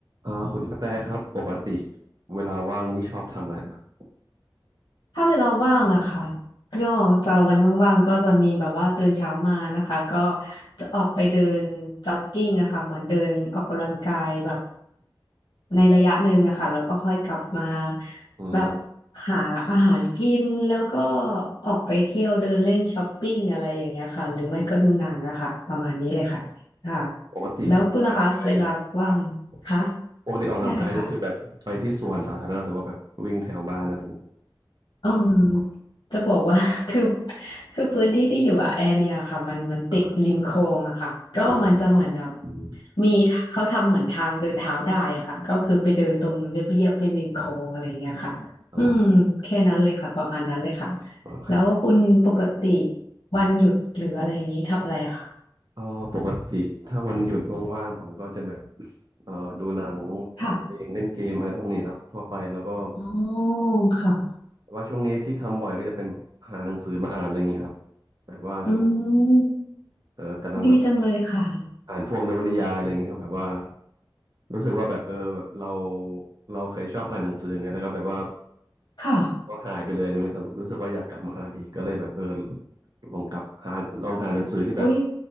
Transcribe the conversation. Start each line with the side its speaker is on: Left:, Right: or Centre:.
Right: อ่าคุณกระแตครับปกติเวลาว่างนี่ชอบทำอะไรนะครับ
Left: ถ้าเวลาว่างอะค่ะก็จะวันว่างๆก็จะมีแบบว่าตื่นเช้ามานะคะก็จะออกไปเดินจ็อกกิ้งอะค่ะเหมือนเดินออกกำลังกายแบบในระยะหนึ่งอะค่ะแล้วก็ค่อยกลับมา
Right: อืม
Left: แบบหาอาหารกินแล้วก็ออกไปเที่ยวเดินเล่นช้อปปิ้งอะไรอย่างเงี้ยค่ะหรือไม่ก็ดูหนังอะค่ะประมาณนี้เลยค่ะค่ะ
Right: ปกติออกกำลังกาย
Left: แล้วคุณล่ะคะเวลาว่างคะ
Right: ครับปกติออกกำลังกายนี่คือแบบไปที่สวนสาธารณะหรือว่าแบบวิ่งแถวบ้านอะไรอย่างเงี้ย
Left: ได้ค่ะ อืมจะบอกว่า <laughs> คือคือพื้นที่ที่อยู่อะแอเรียค่ะมันมันติดริมคลองอะค่ะก็มันจะเหมือนแบบ
Right: อ่าฮะอ๋อริมคลองอืม
Left: มีเขาทำเหมือนทางเดินเท้าได้อะค่ะก็คือไปเดินตรงเรียบเรียบริมริมคลองอะไรเงี้ยค่ะอืมแค่นั้นเลยค่ะประมาณนั้นเลยค่ะ
Right: อ๋ออ๋อครับ
Left: แล้วคุณปกติวันหยุดหรืออะไรอย่างนี้ทำอะไรอะค่ะ
Right: เอ่อปกติถ้าวันหยุดว่างๆผมก็จะแบบเอ่อดูหนังฟังเพลงเล่นเกมอะไรพวกนี้ครับทั่วไปแล้วก็
Left: ค่ะอ๋อค่ะ
Right: แต่ว่าช่วงนี้ที่ทำบ่อยก็จะเป็นแบบหาหนังสือมาอ่านอะไรอย่างเงี้ยครับแบบว่าช่วง
Left: อืม
Right: เอ่อกำลังแบบ
Left: ดีจังเลยค่ะ
Right: อ่านพวกนวนิยายอะไรอย่างเงี้ยครับแบบว่า รู้สึกว่าแบบเออแบบเราเราเคยชอบอ่านหนังสือไงแล้วก็แบบว่า
Left: ค่ะ
Right: ก็หายไปเลยอย่างเงี้ยแล้วรู้สึกว่าอยากกลับมาอ่านอีกก็เลยแบบเออลองกลับหาลองหาหนังสือที่แบบ
Left: อุ้ย